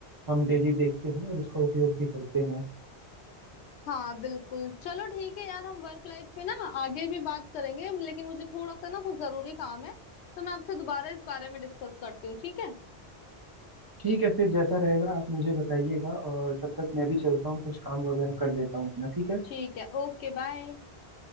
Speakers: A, on the right; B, on the left.
A: हम डेली देखते हैं और उसका उपयोग भी करते हैं
B: हाँ बिल्कुल चलो ठीक है यार हम वर्क लाइफ पे ना आगे भी बात करेंगे लेकिन मुझे थोड़ा सा ना कुछ जरूरी काम है तो मैं आपसे दोबारा इस बारे में डिस्कस करती हूँ ठीक है
A: ठीक है फिर जैसा रहेगा आप मुझे बताइएगा और तब तक मैं भी चलता हूँ कुछ काम वगैरह कर लेता हूँ अपना ठीक है
B: ठीक है ओके बाय